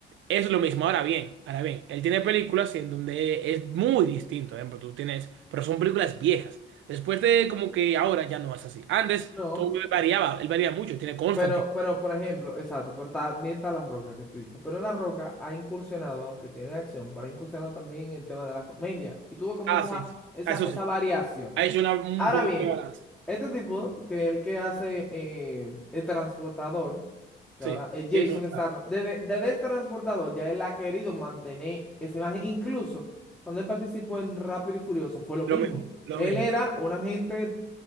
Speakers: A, on the right; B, in the centre.
A: Es lo mismo, ahora bien, ahora bien, él tiene películas en donde es muy distinto, por ejemplo, tú tienes, pero son películas viejas. Después de como que ahora ya no es así. Antes
B: No.
A: todo variaba, él varía mucho, tiene Constantine.
B: Pero, pero, por ejemplo, exacto, pero también está La Roca que tú dices. Pero La Roca ha incursionado, aunque tiene acción, pero ha incursionado también en el tema de la comedia. Y tuvo como
A: Ah,
B: esa,
A: sí, sí.
B: esa,
A: Ah, Eso
B: esa
A: sí.
B: variación.
A: Ha hecho una- un
B: Ahora
A: poco
B: bien,
A: de balance.
B: este tipo, que es el que hace eh, el transportador, que
A: Sí,
B: ahora eh, Jason
A: eso no está.
B: Statham, desde, desde el transportador ya él ha querido mantener esa imagen. Incluso cuando él participó en Rápido y Furioso fue lo mismo.
A: Lo mismo, lo
B: Él
A: mismo.
B: era un agente,